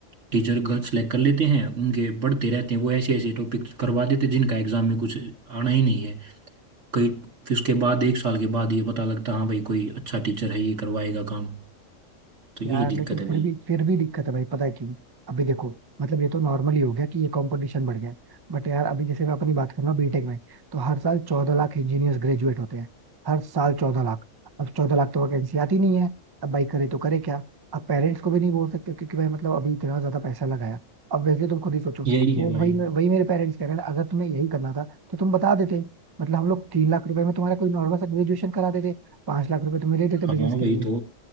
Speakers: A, on the right (about 70°); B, on the right (about 25°).
A: टीचर गलत सिलेक्ट कर लेते हैं उनके पढ़ते रहते हैं वो ऐसे ऐसे टॉपिक करवा देते हैं जिनका एग्जाम में कुछ आना ही नहीं है कई फिर उसके बाद एक साल के बाद ये पता लगता हाँ भाई कोई अच्छा टीचर है ये करवाएगा काम तो यही
B: यार
A: दिक्कत
B: लेकिन
A: है
B: फिर
A: भाई
B: भी फिर भी दिक्कत है भाई पता है क्यों अभी देखो मतलब ये तो नॉर्मली हो गया कि ये कंपटीशन बढ़ गया है बट यार अभी जैसे मैं अपनी बात करूँ ना बीटेक में तो हर साल चौदह लाख इंजीनियर्स ग्रेजुएट होते हैं हर साल चौदह लाख अब चौदह लाख तो वैकेंसी आती नहीं है अब भाई करे तो करे क्या अब पेरेंट्स को भी नहीं बोल सकते क्योंकि भाई मतलब अभी इतना ज्यादा पैसा लगाया अब वैसे तुम खुद ही सोचो
A: यही
B: वो
A: है भाई
B: वही मे- वही मेरे पेरेंट्स कह रहे हैं अगर तुम्हें यही करना था तो तुम बता देते मतलब हम लोग तीन लाख रुपए में तुम्हारा कोई नॉर्मल सा ग्रेजुएशन करा देते पांच लाख रुपए तुम्हें दे देते
A: हाँ
B: बिजनेस
A: भाई
B: के लिए
A: तो